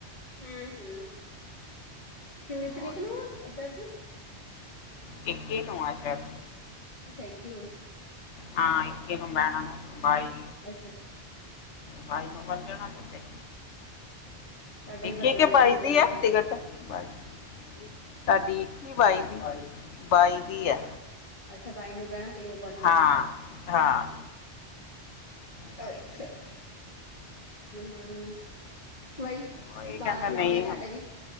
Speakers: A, on the left; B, on the left.
A: ਹੂੰ-ਹੂੰ, ਕਿੰਨੀ ਤਰੀਕ
B: ਉਹੀ।
A: ਨੂੰ ਐ ਏਧਰ ਦੀ।
B: ਇੱਕੀ ਨੂੰ ਆ ਸ਼ੈਦ।
A: ਅੱਛਾ ਇੱਕੀ ਨੂੰ।
B: ਹਾਂ, ਇੱਕੀ ਨੂੰ ਬੈਨਾ ਨਾ ਬਾਈ।
A: ਅੱਛਾ-ਅੱਛਾ!
B: ਬਾਈ ਨੂੰ ਹੁਣ ਜਾਣਾ ਕਿਤੇ।
A: ਸਾਡਾ
B: ਇੱਕੀ
A: ਹੀ ਬੱਦਲ
B: ਕਿ
A: ਜਿਹਾ
B: ਬਾਈ
A: ਬਣੀ ਜਾਂਦਾ
B: ਦੀ ਐ ਟਿਕਟ, ਬਾਈ। ਤੁਹਾਡੀ, ਇੱਕੀ, ਬਾਈ ਦੀ, ਬਾਈ ਦੀ ਐ।
A: ਅੱਛਾ, ਬਾਈ ਨੂੰ ਬਹਿਣਾ। ਤੇਈ ਨੂੰ ਪਹੁੰਚਣਾ
B: ਹਾਂ,
A: ਇੱਥੇ
B: ਅ ਹਾਂ। ਬਾਈ
A: ਅੱਛਾ!
B: ਤਰੀਕ
A: ਹੂੰ! ਹੂੰ! ਵਈ।
B: ਉਹ ਇਹ
A: ਬਾਹਰ
B: ਕਹਿੰਦਾ ਨਹੀਂ
A: ਲੱਗ ਗਿਆ ਸਾਡੇ ਵੀ,